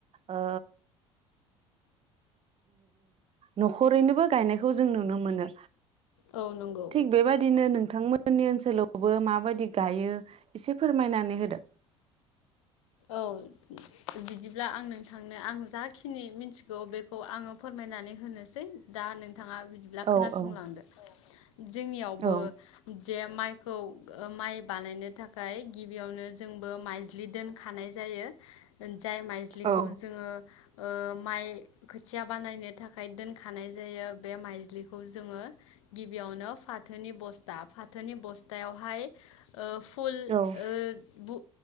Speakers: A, on the right; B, on the left.
A: ओ न'खरैनोबो गायनायखौ जों नुनो मोनो।
B: औ नंगौ
A: थिग बेबायदिनो नोंथांमोननि ओनसोलाव बो माबायदि गायो एसे फोरमायनानै होदो,
B: औ बिदिब्ला आं नोंथांनो आं जाखिनि मिथिगौ बेखौ आंङो फोरमायनानै होनोसै दा नों नोंथांङा बिदिब्ला
A: औ
B: खोनासंलांदो।
A: औ
B: जोंनियावबो
A: औ
B: जे माइ खौ माइ बानायनो थाखाय गिबियावनो जोंबो माइज्लि दोनखानाय जायो। जाय माइज्लिखौ
A: औ
B: जोंङो। ओ माइ खोथिया बानायनो थाखाय दोनखानाय जायो बे माइज्लिखौ जोंङो गिबियावनो फा फाथोनि बस्था फाथोनि बस्थायावहाय, ओ।
A: औ
B: ओ बु